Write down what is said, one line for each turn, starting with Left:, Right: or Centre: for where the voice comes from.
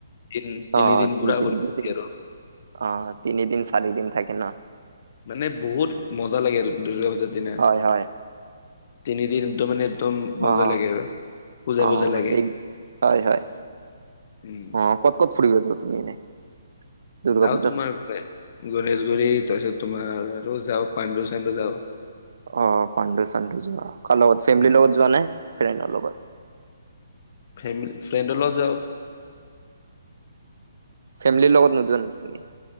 Left: তিন
Right: অ', তিনিদিন
Left: পুৰা ঘূৰি
Right: বেছি।
Left: আৰু
Right: অ', তিনিদিন চাৰি দিন থাকে ন
Left: মানে বহুত মজা লাগে আৰু দুৰ্গা পূজাৰ দিনা
Right: হয়, হয়
Left: তিনিদিন তো মানে একদম মজা
Right: অ',
Left: লাগে আৰু পূজা
Right: অ',
Left: পূজা জা লাগে
Right: এই হয়, হয়
Left: উম।
Right: অ', ক'ত ক'ত ফুৰি যোৱা তুমি এনে? দুৰ্গা
Left: যাওঁ
Right: পূজাত?
Left: তোমাৰ গণেশগুৰি তাৰপিছত তোমাৰ আৰু যাওঁ পাণ্ডু চানণ্ডু যাওঁ।
Right: অ', পাণ্ডু চাণ্ডু যোৱা কাৰ লগত ফেমিলিৰ
Left: উম
Right: লগত যোৱা নাই ফ্ৰেণ্ডৰ লগত।
Left: ফেমিলি ফ্ৰেণ্ডৰ লগত যাওঁ।
Right: ফেমিলিৰ লগত নোযোৱা নেকি তুমি।